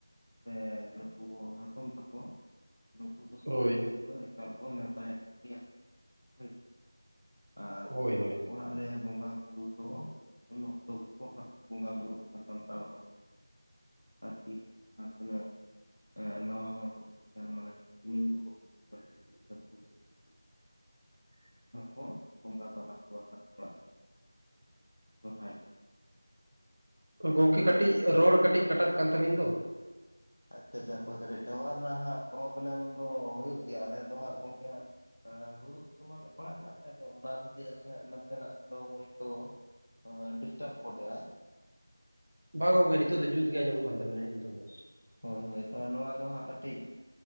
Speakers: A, on the left; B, on the right.
A: ᱥᱮ ᱱᱩᱠᱩ ᱦᱟᱛᱚᱢ ᱛᱟᱠᱚ ᱱᱩᱠᱩ ᱫᱚ
B: ᱦᱳᱭ
A: ᱥᱚᱦᱨᱟᱭ ᱠᱚᱨᱮ ᱫᱚ ᱮᱠᱟᱞ ᱠᱚ ᱱᱮᱣᱛᱟ ᱮᱫ ᱠᱚᱜᱮᱭᱟ ᱦᱳᱭ ᱟᱨ
B: ᱦᱳᱭ ᱦᱳᱭ
A: ᱚᱲᱟᱜ ᱨᱮ ᱵᱚᱸᱜᱟ ᱵᱩᱨᱩ ᱫᱚ ᱩᱱ ᱚᱠᱛᱚ ᱜᱮᱠᱚ ᱦᱟᱛ ᱵᱚᱸᱜᱟ ᱵᱩᱨᱩᱠ ᱥᱟᱱᱛᱟᱲ <inaudible> ᱟᱨᱠᱤ ᱡᱟᱦᱟᱸ ᱛᱤᱱᱟᱹᱜ ᱱᱟᱣᱟ ᱦᱚᱲ ᱠᱚ ᱦᱮᱡ ᱟᱠᱟᱱ ᱢᱟᱱᱮ ᱠᱤᱢᱤᱱ ᱠᱚᱠᱚ ᱟᱹᱜᱩ ᱟᱠᱟᱫ ᱠᱚᱣᱟ
B: <inaudible>
A: ᱥᱮ ᱵᱟᱹᱦᱩ ᱦᱚ ᱵᱚᱸᱜᱟ ᱛᱟᱞᱟ ᱠᱚᱣᱟ ᱱᱟᱜ ᱚᱲᱟᱜ ᱨᱮ ᱥᱚᱨᱦᱟᱭ ᱨᱮ
B: ᱜᱚᱝᱠᱮ ᱠᱟᱹᱴᱤᱡ ᱨᱚᱲ ᱠᱟᱹᱴᱤᱡ ᱠᱟᱴᱟᱜ ᱠᱟᱱ ᱛᱟᱵᱤᱱ ᱫᱚ
A: ᱟᱪᱪᱷᱟ <inaudible> ᱴᱟᱣᱟᱨ ᱨᱮᱱᱟᱜ ᱦᱟᱸᱜ ᱯᱨᱚᱵᱞᱮᱢ ᱫᱚ ᱦᱩᱭᱩᱜ ᱜᱮᱭᱟ ᱟᱞᱮ ᱫᱚ ᱦᱟᱸᱜ ᱜᱚᱝᱠᱮ ᱦᱟᱸᱜ ᱟᱸ ᱵᱩᱨᱩ ᱫᱤᱥᱚᱢᱟᱱ ᱯᱟᱲᱟᱜ ᱠᱟᱱᱟ ᱥᱮ ᱚᱱᱟ ᱠᱷᱟᱹᱛᱤᱨ ᱱᱟᱥᱮᱱᱟᱜ ᱫᱚ ᱦᱚᱭᱛᱚ ᱚ ᱰᱤᱥᱴᱟᱯ ᱜᱚᱫᱮᱟᱭ
B: ᱵᱟᱝ ᱜᱚᱝᱠᱮ ᱱᱤᱛᱚᱜ ᱫᱚ ᱡᱩᱛ ᱜᱮ ᱟᱸᱡᱚᱢᱚᱜ ᱠᱟᱱ ᱛᱟᱵᱮᱱᱟ ᱱᱤᱛᱚᱜ ᱫᱚ
A: ᱦᱳᱭ ᱦᱳᱭ ᱛᱟᱦᱚᱞᱮ ᱱᱚᱣᱟ ᱫᱚ ᱦᱟᱸᱜ ᱠᱟᱹᱴᱤᱡ